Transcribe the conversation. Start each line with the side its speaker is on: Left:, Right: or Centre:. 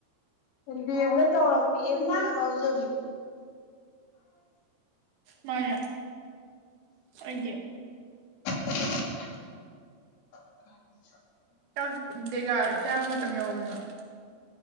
Left: ꯗꯤꯑ‌‌ꯦꯝꯗ ꯆꯥꯎꯔꯛꯄꯤ ꯑ‌ꯦꯝ ꯌꯨꯗ ꯉꯥꯎꯖꯕꯤ
Right: ꯃꯥꯅꯦ ꯑꯩꯗꯤ
Left: <unintelligible>
Right: ꯆꯛ ꯗꯦꯒ ꯆꯥꯕ ꯃꯇꯝ ꯌꯥꯎꫪꯕꫭ ꯅꫭꯏ